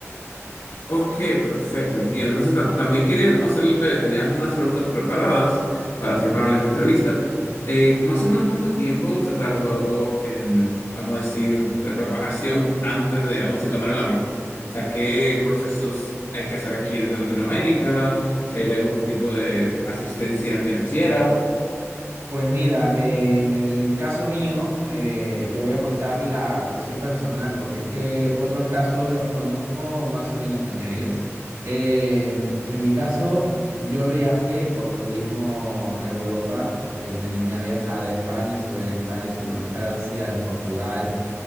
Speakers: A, on the left; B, on the right.
A: Ok, perfecto, entiendo. Entonces ta- también quería como hacerle, tenía algunas preguntas preparadas para así para la entrevista. Eh, más o menos cuánto tiempo se tardó en, vamos a decir, de preparación antes de, vamos a decir, tomar el avión. O sea, ¿qué procesos hay que hacer aquí desde Latinoamérica? Si hay algún tipo de asistencia financiera.
B: Pues mira, eh, en el caso mío, eh, te voy a contar la cuestión personal, porque es que otros casos los conozco más o menos a medias. Eh, en mi caso, yo viajé por turismo a Europa, eh, me animé a viajar a España, estuve en España, estuve en Francia, en Portugal,